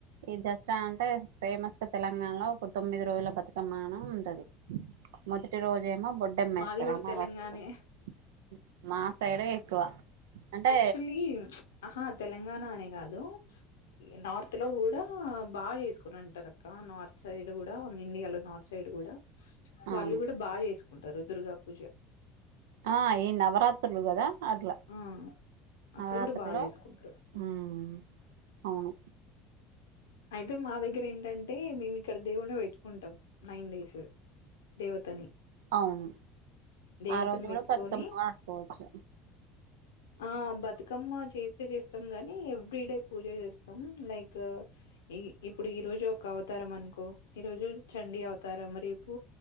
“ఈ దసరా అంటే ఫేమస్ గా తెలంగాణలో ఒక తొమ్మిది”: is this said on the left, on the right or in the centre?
Right